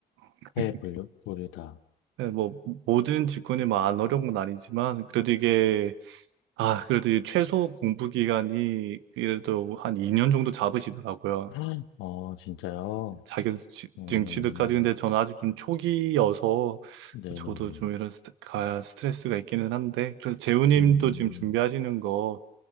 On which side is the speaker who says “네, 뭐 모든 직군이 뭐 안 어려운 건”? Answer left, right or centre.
Right